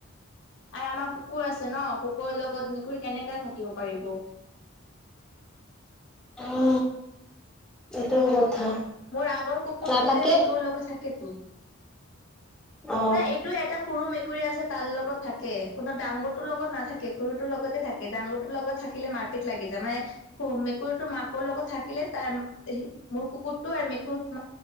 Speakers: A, on the left; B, in the centre.
A: অ, আমাৰ কুকুৰ আছে ন? কুকুৰৰ লগত মেকুৰী কেনেকা থাকিব পাৰিব?
B: উ, এইটোও কথা।
A: মোৰ আগৰ কুকুৰটো
B: নাথাকে
A: যে মেকুৰী লগত থাকেটো।
B: অ
A: নাই এইটো এটা সৰু মে কুৰী আছে তাৰ লগত থাকে। তোমাৰ ডাঙৰটোৰ লগত নাথাকে, সৰুটোৰ লগতে থাকে। ডাঙৰটোৰ লগত থাকিলে মা মাৰ পিট লাগি যায়। মানে মেকুৰীটো মাকৰ লগত থাকিলে তাৰ হেৰি কুকুৰটো এ মেকু